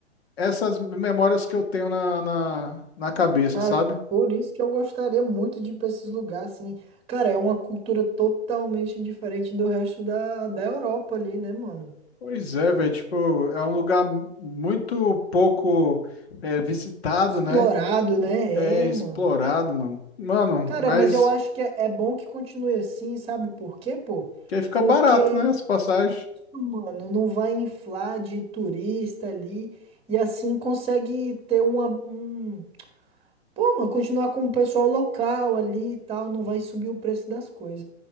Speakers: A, on the left; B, on the right.
A: essas memórias que eu tenho na, na, na cabeça,
B: Cara,
A: sabe?
B: por isso que eu gostaria muito de ir pra esses lugares, assim. Cara, é uma cultura totalmente diferente do resto da, da Europa ali, né, mano?
A: Pois é, velho, tipo, é um lugar mu- muito pouco é, visitado,
B: Explorado,
A: né?
B: né?
A: É explorado,
B: É, mano.
A: mano. Mano,
B: Cara,
A: mas
B: mas eu acho que é, é bom que continue assim, sabe por quê, pô?
A: que aí fica
B: Porque,
A: barato, né? As passagens.
B: mano, não vai inflar de turista ali e assim consegue ter uma, um Pô, mano, continuar com o pessoal local ali e tal, não vai subir o preço das coisas.